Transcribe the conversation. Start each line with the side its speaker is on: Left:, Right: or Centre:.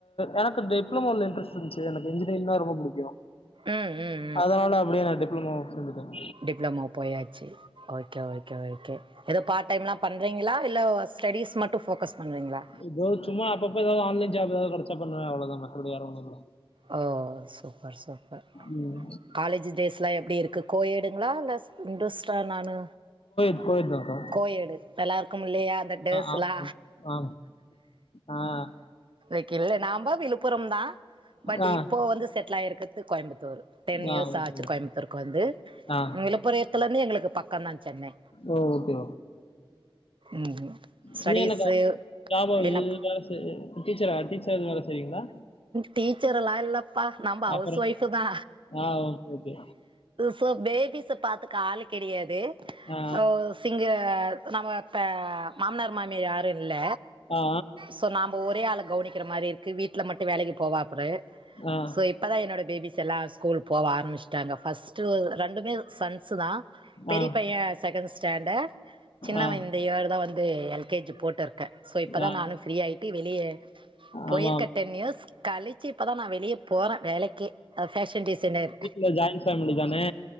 Left: எனக்கு டிெப்ளமோல இன்ட்ரெஸ்ட் இருந்துச்சு எனக்கு இன்ஜினியரிங்னா ரொம்ப புடிக்கு
Right: ம் ம்
Left: அதனால அப்டியே நா டிப்ளமோ சேந்துட்டேன்
Right: டிப்ளொமோ போயாச்சு ஓகே ஓகே ஓகே ஓகே எதோ பார்ட் டைமல்லா பண்றீங்ளா இல்ல ஸ்டடீஸ் மட்டு ஃபோக்கஸ் பண்றீங்ளா
Left: எதோ சும்மா அப்பப்ப எதாவது ஆன்லைன் ஜாப் எதாவது கெடச்சா பண்ணுவ அவ்ளோதா மத்தபடி வேறொன்னுல்ல
Right: ஓ சூப்பர் சூப்பர்
Left: ம்
Right: காலேஜ் டேஸ்ஸெல்லா எப்டி இருக்கு கோயேடுங்ளா இல்ல இந்துஸ்தானானு
Left: கோயெய்டுதாக்கா
Right: கோயெய்டு நல்லாருக்குமில்லயா அந்த டேஸ்ஸெல்லா
Left: ஆ ஆ ஆ
Right: இக்கு இல்ல நம்ப விழுப்புரம்தான் பட்
Left: ஆ
Right: இப்போ வந்து செட்டில் ஆயிருக்கிறது கோயம்புத்தூர் டென்
Left: ஆ
Right: இயர்ஸ்
Left: ஓகே
Right: ஆச்சு கோயம்புத்தூருக்கு வந்து
Left: ஆ
Right: பொரயத்துலந்து எங்களுக்கு பக்கந்தான் சென்னை
Left: ஓ ஓகே
Right: ம் ஸ்டடீஸு
Left: இன்னு என்னக்கா ஜாப்
Right: என்ன
Left: வேல செய் டீச்சரா டீச்சரா எது வேல செய்றீங்ளா
Right: டீச்சர் எல்லா இல்லப்பா நம்ம ஹவுஸ்
Left: அப்புறம்
Right: ஒய்ஃபுதா
Left: ஆ ஓகே ஓகே
Right: சோ பேபிஸ பாத்துக்க ஆளு கெடையாது
Left: ஆ
Right: ஓ சிங்க நம்ம இப்ப மாமனார் மாமியார் யாரு இல்ல
Left: ஆ
Right: ஸோ நாம ஒரே ஆள கவனிக்கிற மாரி இருக்கு வீட்டில் மட்டு வேலைக்கு போவாப்பரு
Left: ஆ ஆ
Right: ஸோ இப்பதா என்னோட பேபிஸெல்லா ஸ்கூல் போக ஆரம்பிச்சுட்டாங்க ஃபர்ஸ்ட்டு ரெண்டுமே சன்ஸுதான் பெரிய
Left: ஆ
Right: பையன் செகண்ட் ஸ்டாண்டர்ட் சின்ன
Left: ஆ
Right: இயர்தா வந்து எல் கே ஜி போட்டிருக்கேன் சோ இப்பதா
Left: ஆ
Right: நானு ஃப்ரீ ஆயிட்டு வெளிய போயிருக்க
Left: ஆமா
Right: டென் இயர்ஸ் கழிச்சு இப்பதான் நா வெளிய போறேன் வேலைக்கே ஃபேஷன் டிசைனர்
Left: எல்லா ஜாயின் ஃபேமலிதானே